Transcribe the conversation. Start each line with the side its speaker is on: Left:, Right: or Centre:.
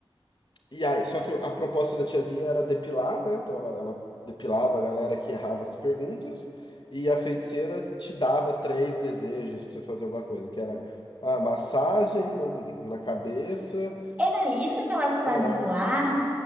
Left: E aí, só que a proposta da tiazinha era depilar, né? Então ela, ela depilava a galera que errava as perguntas, e a feiticeira te dava três desejos pra você fazer alguma coisa, que era a massagem no- na cabeça.
Right: Era isso que elas faziam
Left: É,
Right: lá?